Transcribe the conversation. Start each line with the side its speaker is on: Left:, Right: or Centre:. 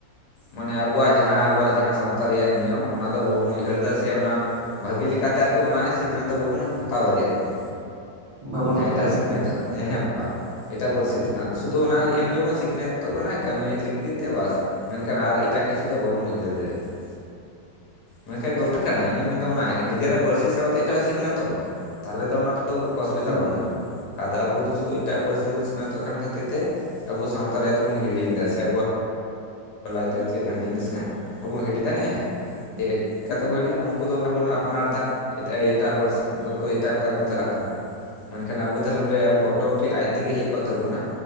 Left: ᱢᱟᱱᱮ ᱟᱵᱚᱣᱟᱜ ᱡᱟᱦᱟᱸ ᱟᱵᱚᱣᱟᱜ ᱡᱟᱦᱟᱸ ᱥᱟᱶᱛᱟ ᱨᱮᱭᱟᱜ ᱱᱤᱭᱚᱢ ᱚᱱᱟ ᱫᱚ ᱵᱟᱵᱚᱱ ᱩᱭᱦᱟᱹᱨ ᱮᱫᱟ ᱥᱮ ᱚᱱᱟᱼᱼ ᱵᱷᱟᱜᱤ ᱞᱮᱠᱟᱛᱮ ᱟᱨᱠᱤ ᱚᱱᱟ ᱥᱤᱠᱷᱱᱟᱹᱛ ᱫᱚ ᱵᱟᱵᱚᱱ ᱦᱟᱛᱟᱣ ᱫᱟᱲᱮᱭᱟᱜ ᱠᱟᱱᱟ᱾
Right: ᱵᱟᱵᱚᱱ
Left: ᱡᱟᱦᱟᱸᱭ
Right: ᱦᱟᱛᱟᱣ
Left: ᱮᱴᱟᱜ
Right: ᱫᱟᱲᱮᱭᱟᱜ
Left: ᱥᱤᱠᱷᱱᱟᱹᱛᱚᱜ
Right: ᱠᱟᱱᱟ
Left: ᱦᱮᱸ ᱦᱮᱸ ᱵᱟᱝ ᱮᱴᱟᱜ ᱯᱟᱹᱨᱥᱤ
Right: ᱦᱩᱸ
Left: ᱛᱮ ᱱᱟ ᱥᱩᱫᱷᱩ ᱚᱱᱟ ᱮᱢᱱᱤ ᱵᱚᱱ ᱥᱤᱠᱷᱱᱟᱹᱛ, ᱛᱚᱜ ᱠᱟᱱᱟ ᱠᱟᱹᱢᱤ ᱞᱟᱜᱤᱫᱛᱮ ᱵᱟᱥ ᱢᱮᱱᱠᱷᱟᱱ ᱟᱨ ᱮᱴᱟᱜ ᱠᱤᱪᱷᱩ ᱫᱚ ᱵᱟᱵᱚᱱ ᱩᱭᱦᱟᱹᱨ ᱫᱟᱲᱮᱭᱟᱜ ᱠᱟᱱᱟ᱾ ᱢᱮᱱᱠᱷᱟᱭ ᱫᱚᱨᱠᱟᱨ ᱠᱟᱱᱟ ᱤᱧ ᱢᱮᱱᱫᱟ ᱚᱱᱟ ᱱᱤᱡᱮᱨᱟᱜ ᱯᱟᱹᱨᱥᱤ ᱥᱟᱶᱛᱮ ᱮᱴᱟᱜ ᱥᱤᱠᱷᱱᱟᱹᱛᱚᱜ ᱢᱮ ᱛᱟᱦᱚᱞᱮ ᱫᱚ ᱚᱱᱟ ᱫᱚ, ᱫᱚ ᱚᱥᱩᱵᱤᱫᱷᱟ
Right: ᱦᱩᱸ
Left: ᱵᱟᱝ
Right: ᱦᱳᱭ ᱦᱳᱭ
Left: ᱠᱟᱱᱟ᱾ ᱟᱫᱚ ᱟᱵᱚ ᱫᱚ ᱥᱩᱫᱷᱩ ᱮᱴᱟᱜ ᱯᱟᱹᱨᱥᱤ ᱛᱮᱵᱚᱱ ᱥᱤᱠᱷᱱᱟᱹᱛᱚᱜ ᱠᱟᱱ ᱠᱷᱟᱹᱛᱤᱨ ᱛᱮ ᱟᱵᱚ ᱥᱟᱶᱛᱟ ᱨᱮᱭᱟᱜ ᱫᱚᱵᱚᱱ ᱦᱤᱲᱤᱧ ᱫᱟ ᱥᱮ ᱟᱵᱚᱣᱟᱜ, ᱞᱟᱭ ᱫᱟᱠᱪᱮᱫ ᱡᱟᱦᱟᱸ ᱡᱤᱱᱤᱥ ᱠᱟᱱ, ᱵᱟᱵᱚ ᱦᱤᱲᱤᱧ ᱫᱟ ᱦᱮᱸ ᱡᱮ ᱪᱮᱠᱟᱛᱮᱵᱚ ᱦᱤᱲᱤᱧᱟ ᱩᱱ, ᱩᱱᱠᱩ ᱫᱚ ᱢᱟᱵᱚᱱ ᱟᱯᱱᱟᱨ ᱫᱟ ᱮᱴᱟᱜ ᱮᱴᱟᱜ ᱯᱟᱹᱨᱥᱤ ᱩᱱᱠᱩ ᱮᱴᱟᱜ ᱞᱮᱠᱟ ᱵᱚᱱ ᱪᱟᱞᱟᱜ ᱠᱟᱱᱟ ᱢᱮᱱᱠᱷᱟᱱ ᱟᱵᱚ, ᱛᱟᱦᱚᱞᱮ ᱚᱸᱰᱮ ᱟᱵᱚ ᱚᱴᱳᱢᱮᱴᱤᱠ ᱟᱡ ᱛᱮᱜᱮ ᱦᱮᱜ ᱠᱚᱜ ᱛᱟᱵᱚᱱᱟ